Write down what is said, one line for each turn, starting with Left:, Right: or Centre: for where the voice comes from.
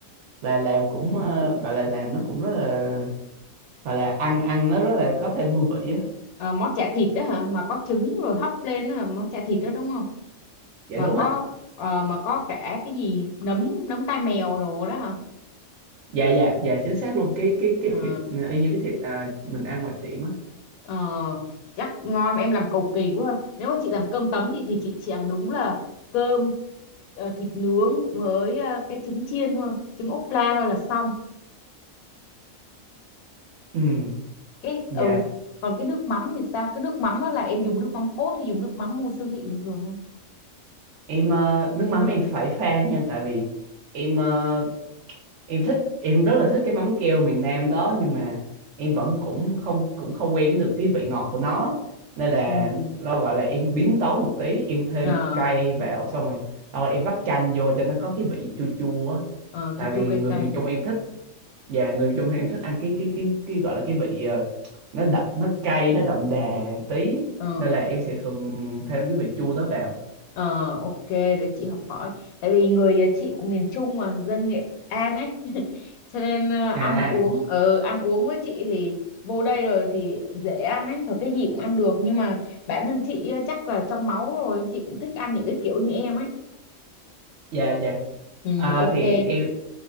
Right: và làm cũng ờ, gọi là làm nó cũng rất là gọi là ăn ăn nó rất là có thêm hương vị á
Left: Ờ, món chả thịt đó hả mà có trứng rồi hấp lên đó hả? món chả thịt đó đúng không
Right: dạ
Left: mà
Right: đúng
Left: có
Right: rồi
Left: ờ, mà có cả cái gì nấm nấm tai mèo đồ đó hả
Right: dạ dạ dạ chính xác luôn cái cái cái
Left: ờ
Right: thịt ờ, y như cái thịt à, mình ăn ngoài tiệm á
Left: ờ, chắc ngon em làm cầu kỳ quá nếu mà chị làm cơm tấm thì thì chị chỉ làm đúng là cơm ờ, thịt nướng với ờ, cái trứng chiên thôi trứng ốp la thôi là xong
Right: ừ
Left: cái
Right: dạ
Left: ừ còn cái nước mắm thì sao cái nước mắm đó là em dùng nước mắm cốt hay dùng nước mắm mua siêu thị bình thường thôi
Right: em ờ, nước mắm em phải pha nha tại vì em ờ, em thích em rất là thích cái mắm keo miền Nam đó nhưng mà em vẫn cũng không cũng không quen cái được cái vị ngọt của nó nên là
Left: ừ
Right: lo gọi là em biến tấu một tí em thêm
Left: ờ
Right: cay vào xong rồi rồi em vắt chanh vô cho nó có cái vị chua chua á
Left: ờ
Right: tại
Left: chua
Right: vì
Left: chua cay
Right: người
Left: cay
Right: miền Trung em thích Dạ người miền Trung thì em thích ăn cái cái cái cái gọi là cái vị ờ, nó đậm nó cay nó đậm đà tí
Left: ờ
Right: nên là em sẽ thường thêm cái vị chua đó vào
Left: ờ ok để chị học hỏi tại vì người ờ, chị của miền Trung mà dân Nghệ An ấy <laughs> cho nên ờ,
Right: à
Left: ăn uống ờ ăn uống với chị thì vô đây rồi thì dễ ăn ấy và cái gì cũng ăn được nhưng mà bản thân chị ờ, chắc là trong máu rồi chị cũng thích ăn những cái kiểu như em ấy
Right: dạ dạ
Left: ừ
Right: Ờ,
Left: ok
Right: thì
Left: ghê
Right: em